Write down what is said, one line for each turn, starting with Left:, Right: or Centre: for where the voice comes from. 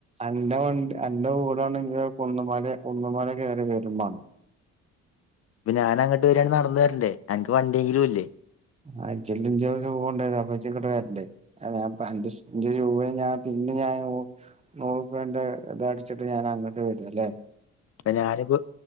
Right: അൻ്റെ വണ്ടി അൻ്റെ വീടാണെങ്കിലോ കുന്നമല് കുന്നമല കേറി വെരുമാണം
Left: ഇപ്പം ഞാനങ്ങട്ട് വെരാണെ നടന്നെ രാണ്ടേ അൻക്ക് വണ്ടിയെങ്കിലുല്ലേ
Right: ആ ജല്ലെ ഇൻ്റെ ഷൂവൊണ്ടോയത് അപ്പ ജ് ഇങ്ങട്ട് വെര്ണ്ടെ അല്ലാ ഞാപം അൻ്റിഷ് ഇൻ്റെ ഷൂവ്ന് ഞാൻ പിന് പിന്നെ ഞാന് നൂറുപ്യന്റെ ഇത അട്ച്ചിട്ട് ഞാനങ്ങട്ട് വെരല്ലേ
Left: ഇപ്പം ഞാനിപ്പോ